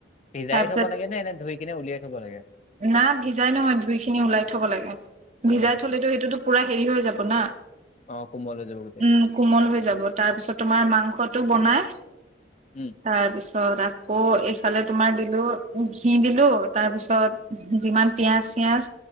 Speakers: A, on the left; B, on the right.
A: ভিজাই
B: তাৰপিছত
A: থ'ব লাগে নে এনে ধুই কিনে উলিয়াই থ'ব লাগে?
B: না ভিজাই নহয় ধুই খিনি ওলাই থব লাগে।
A: অ'
B: ভিজাই
A: ওলাই থ'ব
B: থলেতো
A: লাগে।
B: সেইটোতো পুৰা হেৰি হৈ যাব না
A: অ' কোমল হৈ যাব গোটেই।
B: উম কোমল হৈ যাব তাৰপিছত তোমাৰ মাংসটো বনাই
A: উম,
B: তাৰপিছত তাৰছত আকৌ এইফালে তোমাৰ দিলোঁ ঘি দিলো তাৰপিছত যিমান পিয়াঁজ চিয়াজ